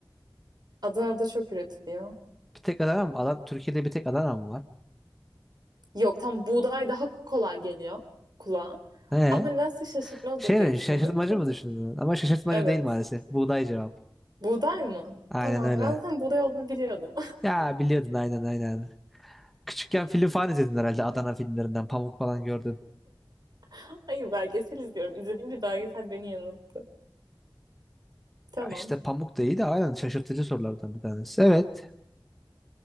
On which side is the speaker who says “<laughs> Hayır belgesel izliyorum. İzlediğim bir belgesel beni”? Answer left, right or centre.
Right